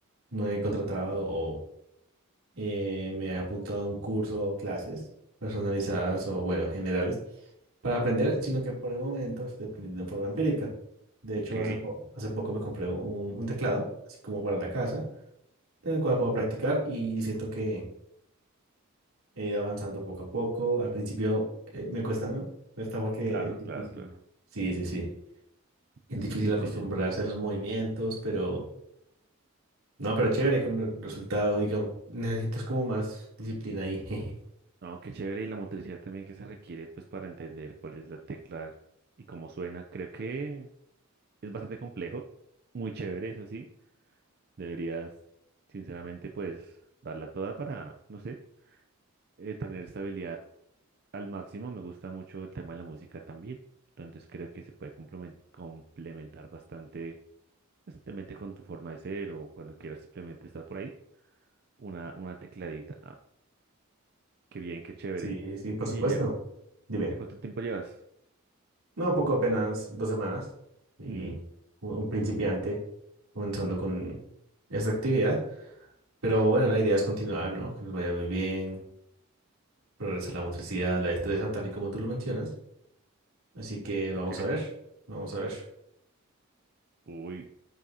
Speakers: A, on the right; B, on the right.
A: no he contratado o eh, me he apuntado a un curso o clases personalizadas o, bueno, generales para aprender, sino que por el momento estoy aprendiendo de forma empírica. De
B: Ok,
A: hecho, hace, po- hace poco me compré un, un teclado, así como para la casa, en el cual puedo practicar y siento que He ido avanzando poco a poco. Al principio eh, me cuesta, ¿no? Cuesta porque
B: claro,
A: es difícil.
B: claro, claro.
A: Sí, sí, sí. Es
B: Es
A: difícil
B: tan sencillo.
A: acostumbrarse a esos movimientos, pero... No, pero chévere con el resultado, digamos. Necesitas como más disciplina ahí. <laughs> jeje.
B: No, qué chévere y la motricidad también que se requiere pues para entender cuál es la tecla y cómo suena. Creo que es bastante complejo, muy chévere, eso sí. Deberías, sinceramente, pues darla toda para, no sé, eh, tener estabilidad al máximo. Me gusta mucho el tema de la música también, entonces creo que se puede complemen- complementar bastante, pues, simplemente con tu forma de ser o cuando quieras simplemente estar por ahí, una, una tecladita. Ah, qué bien, qué chévere.
A: Sí, sí, por
B: ¿Y
A: supuesto.
B: ya,
A: Dime.
B: ya cuánto tiempo llevas?
A: No, poco apenas dos semanas. Y
B: Mm.
A: como un principiante comenzando con esta actividad. Pero bueno, la idea es continuar, ¿no? Que nos vaya muy bien, progresar la motricidad, la destreza, tal y como tú lo mencionas. Así que vamos
B: Ok.
A: a ver, vamos a ver.
B: Uy,